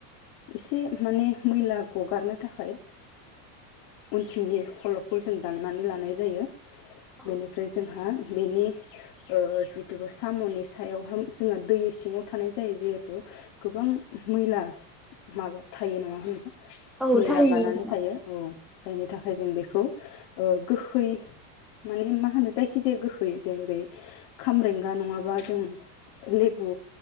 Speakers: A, on the left; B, in the centre.
A: एसे माने मैला गगारनो थाखाय उनथिंनि खलबखौ जों दाननानै लानाय जायो
B: औ
A: बेनिफ्राय जोंहा बेनि जिथुुबा साम'नि सायावहा जोंहा दै सिङाव थानाय जायो जिहेथु गोबां मैला माबा थायो नङा होनबा
B: औ
A: मैला
B: थारैनो
A: बानानै
B: नोंथां
A: थायो औ जायनि थाखाय जों बेखौ ओ गोखै माने मा होनो जायखि खिजाया गोखै जेरै खाम्रेंगा नङाबा जों लेबु